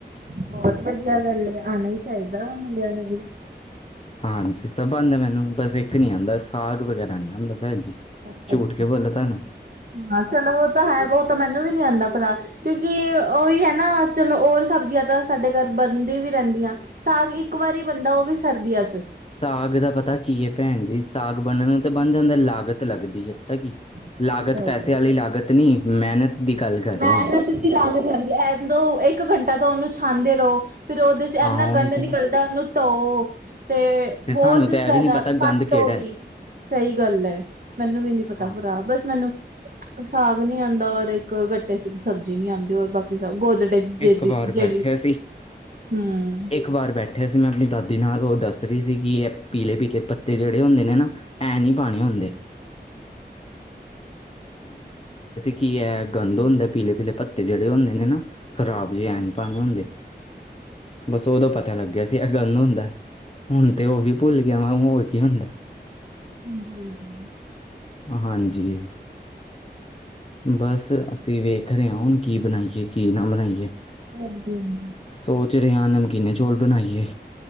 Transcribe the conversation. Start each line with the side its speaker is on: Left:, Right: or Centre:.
Right: ਬਹੁਤ ਵਧੀਆ ਗੱਲ ਆਉਣਾ ਹੀ ਚਾਹੀਦਾ ਮੁੰਡਿਆਂ ਨੂੰ ਵੀ
Left: ਹਾਂਜੀ ਸਭ ਆਉਂਦਾ ਮੈਨੂੰ ਬਸ ਇੱਕ ਨ ਆਉਂਦਾ ਸਾਗ ਵਗੈਰਾ ਨਹੀਂ ਆਉਂਦਾ ਭੈਣ ਜੀ
Right: ਅੱਛਾ
Left: ਝੂਠ
Right: ਅੱਛਾ
Left: ਕੇ ਬੋਲਾ ਤੁਹਾਨੂੰ
Right: ਹਾਂ ਚਲੋ ਉਹ ਤਾਂ ਹੈ ਵੋ ਤੋ ਮੈਨੂੰ ਵੀ ਨੀ ਆਉਂਦਾ ਪਤਾ ਕਿਉਂਕਿ ਉਹੀ ਹੈ ਨਾ ਚਲੋ ਹੋਰ ਸਬਜ਼ੀਆਂ ਤਾਂ ਸਾਡੇ ਘਰ ਬਣਦੀ ਵੀ ਰਹਿੰਦੀਆਂ ਸਾਗ ਇੱਕ ਵਾਰੀ ਬਣਦਾ ਉਹ ਵੀ ਸਰਦੀਆਂ ਚ
Left: ਸਾਗ ਦਾ ਪਤਾ ਕੀ ਹੈ ਭੈਣ ਜੀ ਸਾਗ ਬਣਨ ਨੂੰ ਤਾਂ ਬਣ ਜਾਂਦਾ ਲਾਗਤ ਲੱਗਦੀ ਹੈ ਪਤਾ ਕੀ
Right: ਸਹੀ
Left: ਲਾਗਤ
Right: ਗੱਲ
Left: ਪੈਸੇ
Right: ਏ।
Left: ਵਾਲੀ ਲਾਗਤ ਨਹੀਂ ਮਿਹਨਤ ਦੀ ਗੱਲ ਕਰ ਰਿਹਾ
Right: ਮਿਹਨਤ
Left: ਵਾਂ
Right: ਲਾਗਤ ਲੱਗਦੀ ਐ ਦੋ ਇੱਕ ਘੰਟਾ ਤਾਂ ਉਹਨੂੰ ਛਾਂਦੇ ਰਹੋ ਫਿਰ ਉਹਦੇ ਚ
Left: ਹਾਂ
Right: ਇੰਨਾ
Left: ਉਹੀ
Right: ਗੰਦ
Left: ਤੇ ਨਾ
Right: ਨਿਕਲਦਾ ਉਹਨੂੰ ਧੋ ਤੇ
Left: ਤੇ
Right: ਬਹੁਤ
Left: ਸਾਨੂੰ
Right: ਜ਼ਿਆਦਾ
Left: ਤਾਂ ਇਹ ਵੀ ਨਹੀਂ ਪਤਾ ਗੰਦ
Right: ਘੱਟ
Left: ਕਿਹੜਾ
Right: ਉਹ
Left: ਹੈ।
Right: ਵੀ ਸਹੀ ਗੱਲ ਹੈ ਮੈਨੂੰ ਵੀ ਨੀ ਪਤਾ
Left: ਹਾਂ
Right: ਬਸ ਮੈਨੂੰ ਸਾਗ ਨੀ ਆਉਂਦਾ ਔਰ ਇੱਕ ਗੱਟੇ ਸਬਜ਼ੀ ਨੀ ਆਉਂਦੀ ਰ ਬਾਕੀ ਸਭ ਗੋਦੜੇ ਦੀ
Left: ਇੱਕ
Right: ਜਦ
Left: ਵਾਰ ਬੈਠਿਆ
Right: ਜੜੀ ਹੂੰਮ
Left: ਸੀ। ਇੱਕ ਵਾਰ ਬੈਠਿਆ ਸੀ ਮੈਂ ਆਪਣੀ ਦਾਦੀ ਨਾਲ ਉਹ ਦੱਸ ਰਹੀ ਸੀ ਕਿ ਇਹ ਪੀਲੇ ਪੀਲੇ ਪੱਤੇ ਜਿਹੜੇ ਹੁੰਦੇ ਨੇ ਨਾ ਐਂ ਨਹੀਂ ਪਾਉਣੇ ਹੁੰਦੇ ਕੀ ਹੈ ਗੰਦ ਹੁੰਦਾ ਪੀਲੇ ਪੀਲੇ ਪੱਤੇ ਜਿਹੜੇ ਹੁੰਦੇ ਨੇ ਨਾ ਖਰਾਬ ਜਿਹੇ ਨਹੀਂ ਪਾਣੇ ਹੁੰਦੇ ਬਸ ਉਦੋਂ ਪਤਾ ਲੱਗਿਆ ਸੀ ਇਹ ਗੰਦ ਹੁੰਦਾ ਹੁਣ ਤੇ ਉਹ ਵੀ ਭੁੱਲ ਗਿਆ ਵਾ ਹੋਰ ਕੀ ਹੁੰਦਾ
Right: ਹਾਂਜੀ ਹਾਂਜੀ
Left: ਹਾਂਜੀ ਬਸ ਅਸੀਂ ਵੇਖ ਰਹੇ ਹਾਂ ਹੁਣ ਕੀ ਬਣਾਈਏ ਕੀ ਨਾ ਬਣਾਈਏ
Right: ਹਾਂਜੀ ਹਾਂਜੀ
Left: ਸੋਚ ਰਿਹਾ ਨਮਕੀਨੇ ਚੌਲ ਬਣਾਈਏ